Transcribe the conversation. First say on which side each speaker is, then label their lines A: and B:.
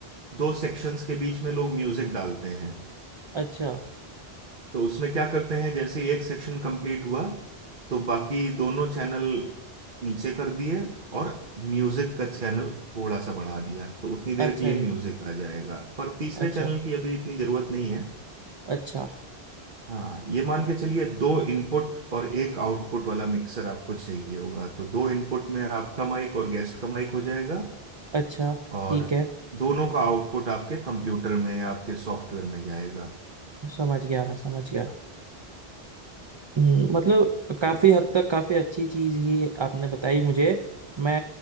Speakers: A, on the right; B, on the right.
A: दो सेक्शंस के बीच में लोग म्यूजिक डालते हैं
B: अच्छा
A: तो उसमें क्या करते हैं जैसे ही एक सेक्शन कंप्लीट हुआ तो बाकी दोनों चैनल नीचे कर दिए और म्यूजिक का चैनल थोड़ा सा बढ़ा दिया तो उतनी देर
B: अच्छा
A: के लिए म्यूजिक
B: जी
A: आ जाएगा पर तीसरे
B: अच्छा
A: चैनल की अभी इतनी जरूरत नहीं है
B: अच्छा
A: हाँ ये मान के चलिए दो इनपुट और एक आउटपुट वाला मिक्सर आपको चाहिए होगा तो दो इनपुट में आपका माइक और गेस्ट का माइक हो जाएगा
B: अच्छा
A: और
B: ठीक है
A: दोनों का आउटपुट आपके कंप्यूटर में आपके सॉफ्टवेयर में जाएगा
B: समझ गया मैं समझ गया हम्म, मतलब काफी
A: तो
B: हद तक काफी अच्छी चीज ही आपने बताई मुझे मैं